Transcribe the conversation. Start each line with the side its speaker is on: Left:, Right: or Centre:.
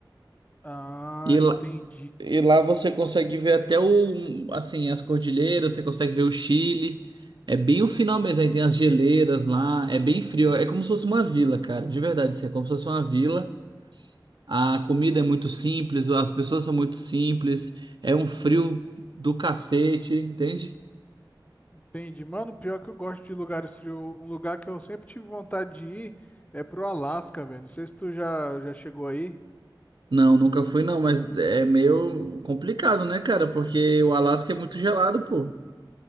Left: Ah,
Right: E lá,
Left: entendi,
Right: E lá você consegue ver até o, assim, as cordilheiras, você consegue ver o Chile. É bem o final mesmo, aí tem as geleiras lá, é bem frio, é como se fosse uma vila, cara, de verdade, assim, é como se fosse uma vila. A comida é muito simples, as pessoas são muito simples, é um frio do cacete, entende?
Left: entendi. Mano, pior que eu gosto de lugares frios. Um lugar que eu sempre tive vontade de ir é pro Alasca, velho. Não sei se tu já, já chegou aí.
Right: Não, nunca fui não, mas é meio complicado, né, cara? Porque o Alasca é muito gelado, pô.